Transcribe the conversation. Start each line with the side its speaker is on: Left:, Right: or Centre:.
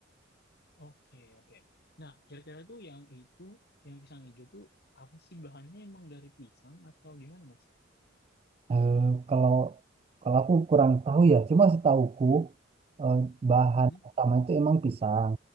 Left: oke, oke. Nah, kira-kira tuh yang itu, yang pisang hijau tuh apa sih bahannya emang dari pisang atau gimana, Mas?
Right: Eh, kalau kalau aku kurang tahu ya, cuma setahuku eh, bahan
Left: Mm-mm,
Right: utama itu emang pisang.